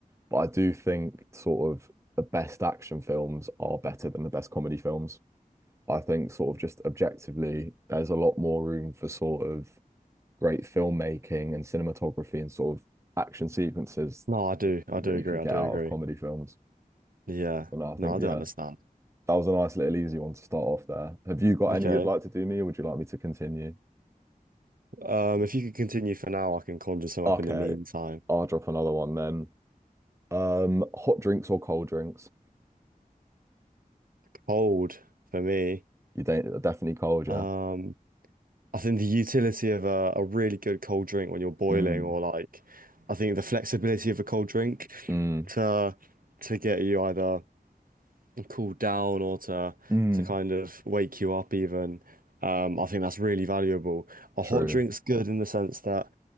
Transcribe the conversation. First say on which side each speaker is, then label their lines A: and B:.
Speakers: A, on the right (about 20°); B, on the right (about 70°).
A: But I do think sort of the best action films are better than the best comedy films. I think sort of just objectively, there's a lot more room for sort of great filmmaking and cinematography and sort of action sequences
B: No, I do. I do
A: that you
B: agree.
A: can
B: I
A: get
B: do
A: out
B: agree.
A: of comedy films.
B: Yeah.
A: And I think,
B: No, I
A: yeah,
B: do understand.
A: that was a nice little easy one to start off there. Have you got
B: Okay.
A: any you'd like to do me, or would you like me to continue?
B: Um, if you could continue for now, I can conjure some
A: Okay,
B: up in the meantime.
A: I'll drop another one then. Um, hot drinks or cold drinks?
B: Cold for me.
A: You don't definitely cold,
B: Um,
A: yeah.
B: I think the utility of a, a really good cold drink when you're boiling,
A: Mm,
B: or like, I think the flexibility of a cold drink
A: mm,
B: to to get you either cool down or to
A: mm.
B: to kind of wake you up even. Um, I think that's really valuable. A
A: True.
B: hot drink's good in the sense that.